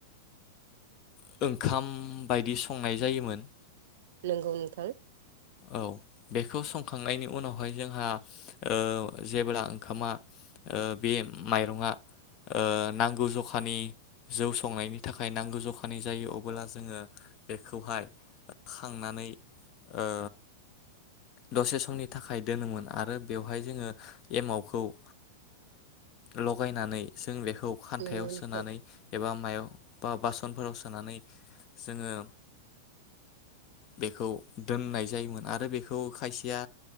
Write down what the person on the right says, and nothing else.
नंगौ नोंथां।
नंगौ नोंथां